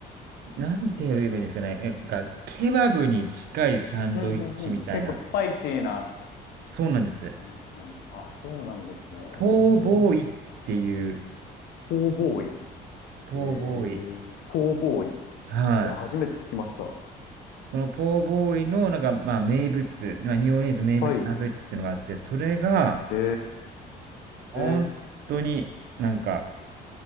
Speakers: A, on the right; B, on the left.
A: なんて言えばいいんですかね、えが、ケバブに近いサンドイッチみたいな。
B: うん、うん、うん。結構スパイシーな
A: そうなんです。
B: 感じなんですあ、そうなんですね。
A: ポーボーイっていう、
B: ポーボーイ。
A: ポーボーイ。
B: ええポーボーイ。
A: はい。
B: いや、初めて聞きました。
A: このポーボーイの、なんか、まあ、名物、まあ、ニューオーリンズ名物サンドイッチっていうのがあって、
B: はい。
A: それが、
B: え
A: 本当になんか、
B: ー、